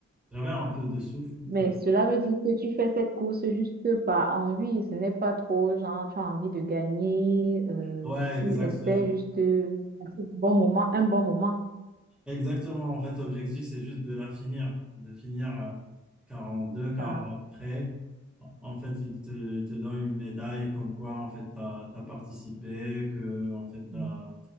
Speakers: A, in the centre; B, on the right.
A: J'avais un peu de souffle
B: Mais
A: pour.
B: cela veut dire que tu fais cette course juste par envie. Ce n'est pas trop genre, tu as envie de gagner, euh,
A: Ouais,
B: tu
A: exactement.
B: espères juste euh, un bon moment, un bon moment.
A: Exactement. En fait, l'objectif, c'est juste de la finir. De finir euh, deux car
B: Ah.
A: après, en fait, il te, il te donne une médaille comme quoi, en fait, t'as t'as participé, que, en fait, t'as...
B: Mm.